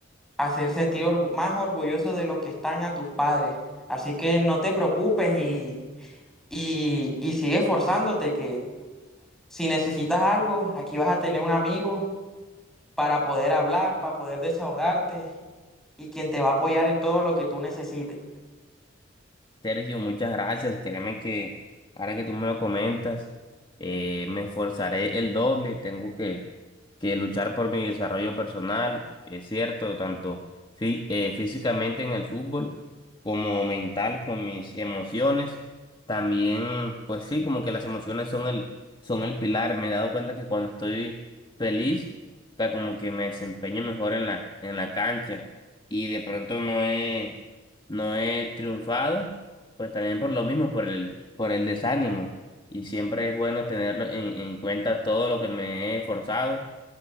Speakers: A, in the centre; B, on the left.
A: hacer sentir orgu- más orgulloso de los que están a tus padres. Así que no te preocupes y, y, y sigue esforzándote que si necesitas algo, aquí vas a tener un amigo para poder hablar, para poder desahogarte y quien te va a apoyar en todo lo que tú necesites.
B: Sergio, muchas gracias. Créeme que ahora que tú me lo comentas, eh, me esforzaré el doble. Tengo que, que luchar por mi desarrollo personal, es cierto, tanto fí- eh, físicamente en el fútbol como mental con mis emociones. También, pues sí, como que las emociones son el, son el pilar. Me he dado cuenta que cuando estoy feliz, está como que me desempeño mejor en la, en la cancha y de pronto no he, no he triunfado pues también por lo mismo, por el, por el desánimo. Y siempre es bueno tenerlo en, en cuenta todo lo que me he esforzado.